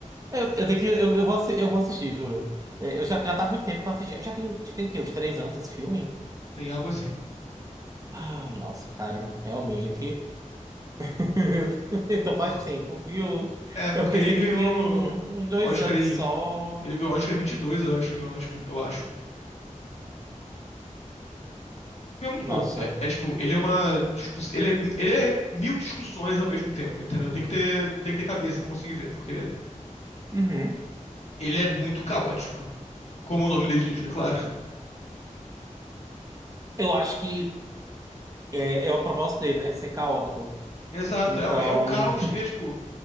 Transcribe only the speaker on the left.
Tem algo assim.
Por-
É, porque
ele ganhou
Oscar
em.
Ele ganhou Oscar em 22, eu acho, ele ganhou Oscar, eu acho. É muito
bom. É, é tipo, ele é uma discussão. Ele é, ele é mil discussões ao mesmo tempo, entendeu? Tem que ter, tem que ter cabeça pra conseguir ver, porque
ele é muito caótico. Como o nome dele diz, né? Claro.
Exato,
é, o- é o caos, e é tipo,